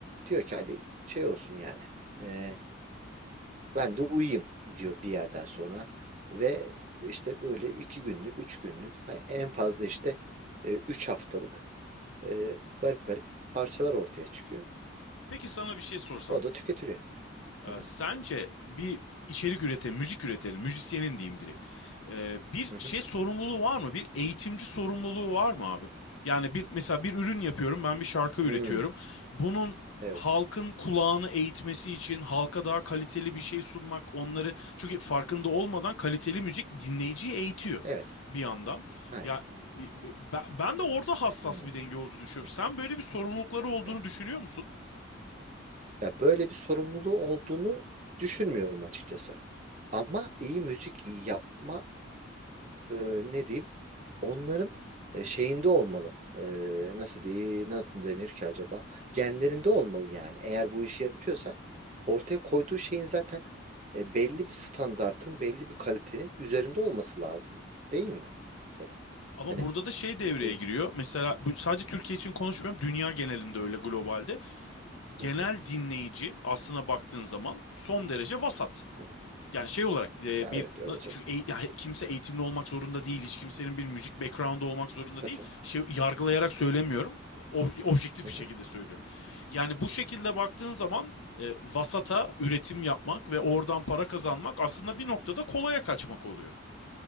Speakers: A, on the right (about 35°); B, on the left (about 80°).
A: diyor ki hadi şey olsun yani. E, ben de uyuyayım diyor bir yerden sonra ve işte böyle iki günlük, üç günlük en fazla işte e, üç haftalık e, garip garip parçalar ortaya çıkıyor.
B: Peki sana bir şey sorsam.
A: O da tüketiliyor.
B: Ee,
A: Hı hı,
B: sence bir içerik üreten, müzik üretenin, müzisyenin diyeyim direkt. Ee, bir
A: hı hı.
B: şey sorumluluğu var mı? Bir eğitimci sorumluluğu var mı abi? Yani bir mesela bir ürün yapıyorum, ben bir şarkı üretiyorum.
A: Hmm,
B: Bunun
A: evet,
B: halkın kulağını eğitmesi için halka daha kaliteli bir şey sunmak, onları çünkü farkında olmadan kaliteli müzik dinleyiciyi eğitiyor
A: evet,
B: bir yandan.
A: aynen.
B: Ya e, ben de orada hassas
A: Hmm,
B: bir denge olduğunu düşünüyorum. Sen böyle bir sorumlulukları olduğunu
A: evet.
B: düşünüyor musun?
A: Ya böyle bir sorumluluğu olduğunu düşünmüyorum açıkçası. Ama iyi müzik yapma e, ne diyeyim? onların e, şeyinde olmalı. E, nasıl diye nasıl denir ki acaba? Genlerinde olmalı yani. Eğer bu işi yapıyorsa ortaya koyduğu şeyin zaten e, belli bir standartın, belli bir kalitenin üzerinde olması lazım, değil mi? Mesela.
B: Ama
A: Hani
B: burada da şey devreye
A: e,
B: giriyor. Mesela sadece Türkiye için konuşmuyorum. Dünya genelinde öyle globalde. Genel
A: hı hı,
B: dinleyici aslına baktığın zaman son derece vasat.
A: hı.
B: Yani şey olarak e,
A: Ya
B: bir
A: evet öyle canım.
B: çünkü eğ- ya kimse eğitimli olmak zorunda değil. Hiç kimsenin bir müzik background'u olmak zorunda
A: Tabii
B: değil.
A: canım.
B: Şey yargılayarak söylemiyorum. ob- objektif
A: Hı
B: bir
A: hı.
B: şekilde söylüyorum. Yani bu şekilde baktığın zaman e, vasata üretim yapmak ve oradan para kazanmak aslında bir noktada kolaya kaçmak oluyor.